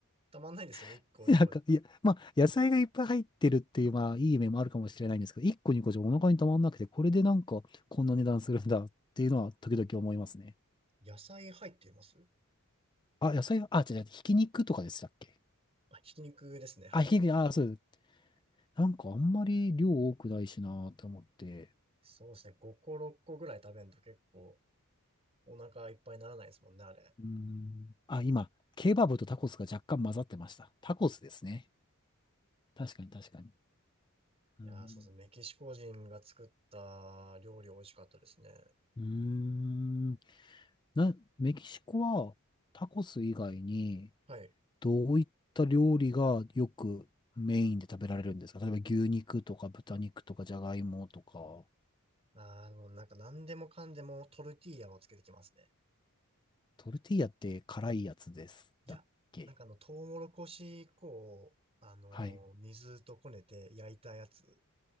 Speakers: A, on the right; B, on the left.
A: たまんないですね。1個、
B: <laughs>
A: 2個じゃ。
B: なんか、いや、まあ、野菜がいっぱい入ってるっていう、まあ、いい面もあるかもしれないんですけど、1個2個じゃお腹にたまんなくて、これでなんか、こんな値段するんだっていうのは、時々思いますね。
A: 野菜入っています
B: あ、野菜、あ、違う違う、ひき肉とかでしたっけ
A: あ、ひき肉ですね。はい。
B: あ、ひき肉、あ、そうです。なんかあんまり量多くないしなーって思って。
A: そうですね。5個、6個ぐらい食べんと結構お腹いっぱいにならないですもんね、あれ。
B: うーん。あ、今、ケバブとタコスが若干混ざってました。タコスですね。確かに確かに。うーん。
A: いやー、そうですね。メキシコ人が作った料理美味しかったですね。
B: うーんな、メキシコはタコス以外に
A: はい。
B: どういった料理がよくメインで食べられるんですか例えば牛肉とか豚肉とかじゃがいもとか。
A: ああ、もうなんか何でもかんでもトルティーヤをつけてきますね。
B: トルティーヤって辛いやつです。
A: いや、
B: だっけ
A: なんかあの、トウモロコシ粉を、あのー水とこねて焼いたやつ。
B: はい。